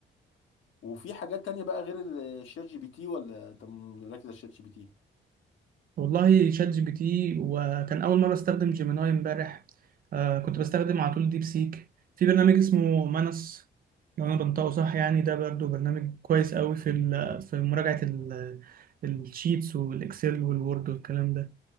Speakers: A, on the left (about 75°); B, on the right (about 45°).
A: وفي حاجات تانية بقى غير ال- الشات جي بي تي ولا انت مركز على الشات جي بي تي
B: والله شات جي بي تي وكان أول مرة أستخدم جيميناي امبارح آه كنت بستخدم على طول ديب سيك في برنامج اسمه مانس لو أنا بنطقه صح يعني ده برضو برنامج كويس قوي في ال- في مراجعة ال- الشيتس والإكسل والوورد والكلام ده